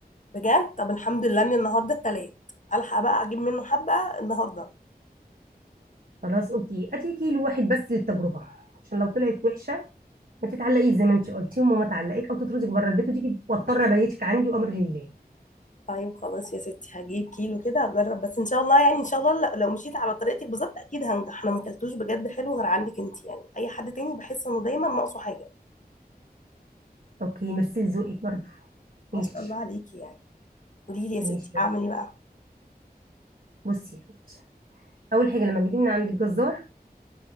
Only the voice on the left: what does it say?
بجد طب الحمد لله ان النهارده التلات الحق بقى اجيب منه حبه النهارده
طيب خلاص يا ستي هجيب كيلو كده هجرب بس ان شاء الله يعني ان شاء الله لو لو مشيت على طريقتك بالظبط اكيد هنجح انا ما اكلتوش بجد حلو غير عندك انت يعني اي حد تاني بحس انه دايما ناقصه حاجه
ما
شاء الله عليكي يعني قولي لي يا ستي
اعمل
ايه بقى